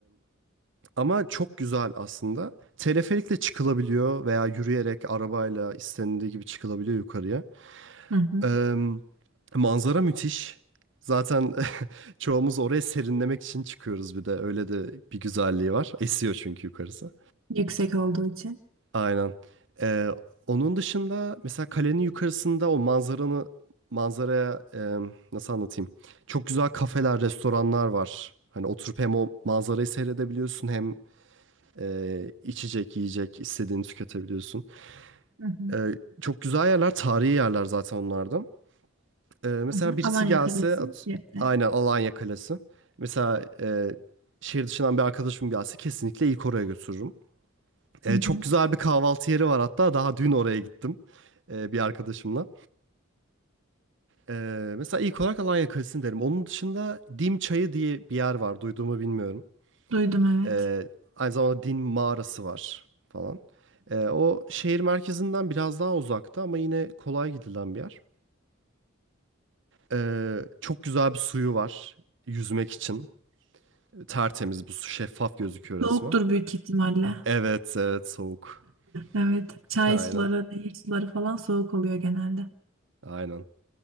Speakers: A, on the right; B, on the right.
A: Ama çok güzel aslında. Teleferikle çıkılabiliyor veya yürüyerek arabayla istenildiği gibi çıkılabiliyor yukarıya.
B: Hı hı.
A: Eee, manzara müthiş. Zaten <laughs> çoğumuz oraya serinlemek için çıkıyoruz bir de. Öyle de bir güzelliği var. Esiyor çünkü yukarısı.
B: Yüksek olduğu için.
A: Aynen. Eee, onun dışında mesela kalenin yukarısında o manzaranı manzaraya eee, nasıl anlatayım? Çok güzel kafeler, restoranlar var. Hani oturup hem o manzarayı seyredebiliyorsun hem ee, içecek, yiyecek istediğini tüketebiliyorsun.
B: Hı hı.
A: Ee, çok güzel yerler, tarihi yerler zaten onlarda. Ee, mesela
B: Hı hı.
A: birisi
B: Alanya
A: gelse,
B: Kalesi
A: at-
B: Cep'te.
A: aynen Alanya Kalesi. Mesela e, şehir dışından bir arkadaşım gelse kesinlikle ilk oraya götürürüm. Ee,
B: Hı hı.
A: çok güzel bir kahvaltı yeri var hatta daha dün oraya gittim e, bir arkadaşımla. Ee, mesela ilk olarak Alanya Kalesi'ni derim. Onun dışında Dim Çayı diye bir yer var, duyduğumu bilmiyorum.
B: Duydum evet.
A: Ee, aynı zamanda din mağarası var falan. Ee, o şehir merkezinden biraz daha uzakta ama yine kolay gidilen bir yer. Ee, çok güzel bir suyu var yüzmek için. Tertemiz bu su şeffaf gözüküyor resmen.
B: Soğuktur büyük ihtimalle.
A: Evet evet soğuk.
B: Evet. Çay
A: <laughs> Aynen
B: suları, nehir suları falan soğuk oluyor genelde.
A: aynen.